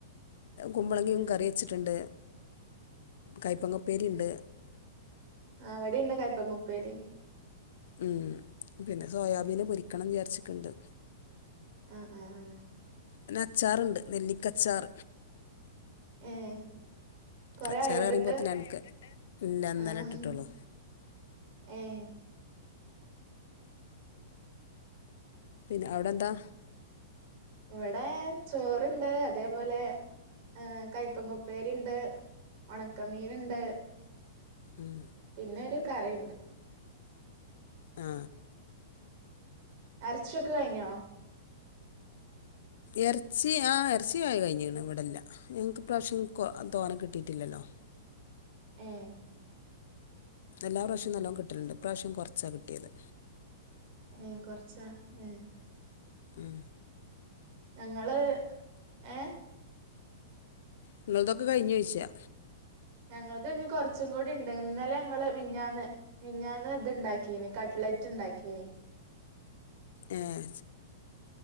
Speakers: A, on the left; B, on the right.
A: കുമ്പളങ്ങേം
B: ആ
A: കറിവെച്ചിട്ട്ണ്ട് കയപ്പങ്ങുപ്പേരിണ്ട്
B: അവിടേണ്ട കയ്പങ്ങുപ്പേരി
A: ഉം പിന്നെ സോയാബീന് പൊരിക്കണം വിചാരിച്ചിക്ക്ണ്ട്
B: ആഹ് ആഹ് ആഹ്
A: പിന്നെ അച്ചാറ്ണ്ട് നെല്ലിക്കച്ചാർ
B: ഏഹ് കൊറെ
A: അച്ചാർ
B: ആയോട്ടിട്ട്
A: പറയുമ്പോഴത്തേന് എനിക്ക് ഇല്ല ഇന്നലെ
B: ആഹ്
A: ഇട്ടിട്ടുള്ളൂ
B: ഏഹ്
A: പിന്നെ അവിടെന്താ
B: ഇവടെ ചോറ്ണ്ട് അതേപോലെ ഏഹ് കയപ്പങ്ങുപ്പേരിണ്ട് ഒണക്കമീന്ണ്ട്
A: ഉം
B: പിന്നെ ഒരു കറീണ്ട്
A: ആ
B: അരച്ചൊക്കെ കഴിഞ്ഞോ
A: എറച്ചി ആ എറച്ചിയയി കഴിഞ്ഞിക്കണ് ഇവിടെല്ല ഞങ്ങക്ക് ഇപ്രാശം തോന കിട്ടീട്ടില്ലല്ലോ
B: ഏഹ്
A: എല്ലാ പ്രാശ്യോം നല്ലോം കിട്ടലണ്ട് ഇപ്രാശം കുറച്ചാ കിട്ടിയത്
B: ഏഹ് കൊറച്ചാ ഏഹ്
A: ഉം
B: ഞങ്ങള് ഏഹ്
A: നിങ്ങൾതൊക്കെ കഴിഞ്ഞോയ്ച്ചാ
B: ഞങ്ങള്ത് ഇനികൊറച്ചും കൂടിണ്ട് ഇന്നലെ ഞങ്ങള് മിനിഞ്ഞാന്ന് മിനിഞ്ഞാന്ന് ഇതിണ്ടാക്കീന് കട്ട്ലറ്റ് ഇണ്ടാക്കീനി
A: ഏഹ്